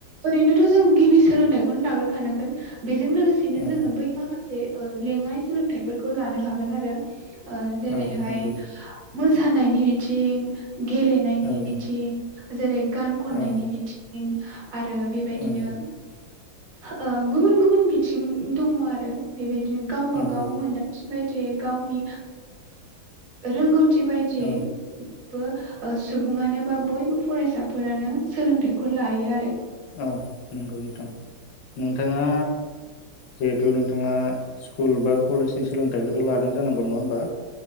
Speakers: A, on the right; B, on the left.
A: ओैरैनो थ' जों गिबि सोलोंथाइखौनो लाग्रोखानांगोन बेजों लोगोसेनो
B: औ
A: जोङो बै माखासे जे लेङाइ सोलोंथाइ फोरफोरखौ लानो हागोन आरो ओ जेरैहाय
B: औ नंगौ
A: मोसानायनि बिथिं गेलेनायनि
B: औ
A: बिथिं जेरै गान खननायनि
B: औ
A: बिथिं थिं आरो बेबायदिनो
B: औ
A: ओ गुबुन गुबुन बिथिं दङ आरो बेबायदि गावबा
B: नंगौ
A: गाव मोनादां बदि गावनि रोंगौथि थि बायदियै
B: औ
A: बौ सुबुङानो बा बयबो फरायसाफोरानो सोलोंथाइखौ लायो आरो
B: औ नंगौ नोंथां नोंथाङा जिहेथु नोंथाङा स्कुल बा कलेजनि सोलोंथाइखौथ' लादों जानांगौ नङा होमबा